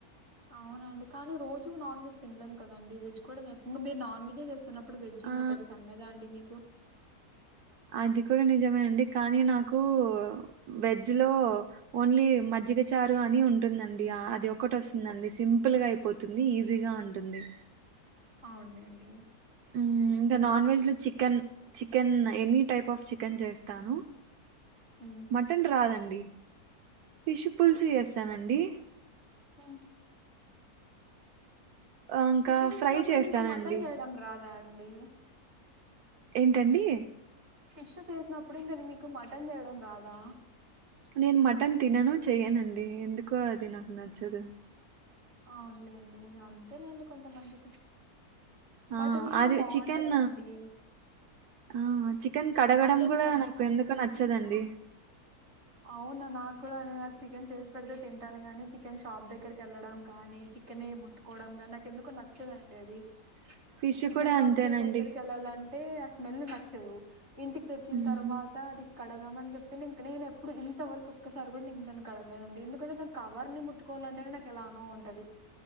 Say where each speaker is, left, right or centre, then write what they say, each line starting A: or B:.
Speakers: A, on the right (about 45°); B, on the right (about 80°).
A: అవునండి కానీ రోజు నాన్ వెజ్ తినలేం కదండి వెజ్ కూడా నేర్చ్ ఇంక మీరు నాన్వెజె చే తున్నప్పుడు వెజ్
B: ఆ
A: ఇంక పెద్ద సంగతా అండి మీకు
B: అది కూడా నిజమే
A: వెజ్
B: అండి
A: కూడా
B: కానీ
A: చే
B: నాకు వెజ్ లో ఓన్లీ మజ్జిగ చారు అని ఉంటుందండి ఆ అది ఒకటి వస్తుందండి సింపుల్గా అయిపోతుంది ఈజీగా ఉంటుంది
A: అవునులేండి
B: మ్మ్ ఇంకా నాన్ వెజ్లో chicken chicken any type of chicken చేస్తాను.
A: ఉమ్,
B: మటన్ రాదండి ఫిష్ పులూసు చేస్తానండి
A: ఉ
B: ఆ, ఇంకా
A: ఫిష్ చేసినప్పుడు
B: ఫ్రై చేస్తానండి
A: మీకు మటన్ వేయడం రాదా ఉ బి..
B: ఏంటండీ
A: ఫిష్ చేసినప్పుడు ఇంకేంటి మీకు మటన్ చేయడం రాదా
B: నేను మటన్ తినను చేయనండి ఎందుకో అది నాకు నచ్చదు
A: అవును లెండి అంతేలేండి కొంతమందికి
B: ఆ
A: మటన్ కూడా
B: అది
A: బాగుంటదండి
B: చికెన్ ఆ చికెన్ కడగడం
A: మటన్
B: కూడా
A: వన్స్
B: నాకు ఎందుకో నచ్చదం డి
A: అవునా నాకూడ అదే కానీ చికెన్ చేసి పెడితే తింటాను. గాని చికెన్ షాప్ దగ్గరకి వెళ్ళడం కానీ చికన్ ని ముట్టుకోవడం గా నాకు ఎందుకో నచ్చదండి. ఉంటది.
B: ఫిష్
A: చికెన్
B: కూడా
A: షాప్
B: అంతేనండి
A: కి దగ్గరికి వెళ్లాలం అంటే ఆ స్మెల్ నచ్చదు. ఇంటికి తెచ్చిన
B: మ్మ్
A: తర్వాత అది కడగమని చెప్ ఇంక నేను ఎప్పుడు ఇంతవరకు ఒక్కసారి కూడా నేను దాన్ని కడగలేదండి. ఎందుకంటే దాని కవర్ ని ముట్టుకోవాలంటే నాకు ఎలానో ఉంటది.